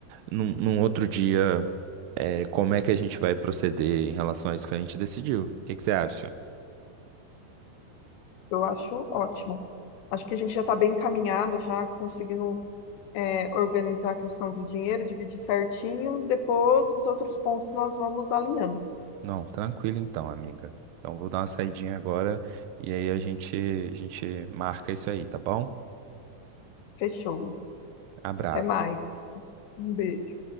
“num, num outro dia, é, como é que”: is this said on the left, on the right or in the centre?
Right